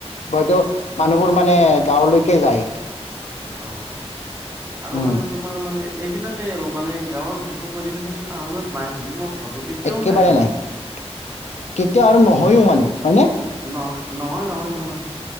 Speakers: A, on the left (about 85°); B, on the right (about 20°).
A: হয়তো মানুহবোৰ মানে গাঁৱলৈকে যায়।
B: হয়, আৰু
A: উম
B: মানে তোমাৰ মানে এইবিলাকে আৰু মানে গাঁৱত যিটো পৰিৱেশ সেইটো টাউনত নাই বুলি মই ভাবো এতিয়াও
A: একেবাৰে
B: মানে
A: নাই, কেতিয়া আৰু নহয়ও মানে হয় নে?
B: নহয় নহয় নহয় নহয়,